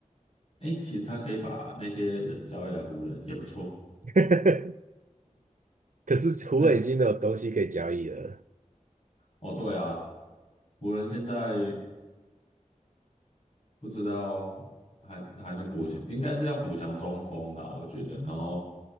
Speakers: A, on the left; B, on the right.
A: 诶，其实他可以把那些人交易来湖人也不错。
B: <laughs> 可是湖人已经没有东西可以交易了。
A: 那个，哦，对啊，湖人现在不知道还还能补强，应该是要补强中锋啦，我觉得。然后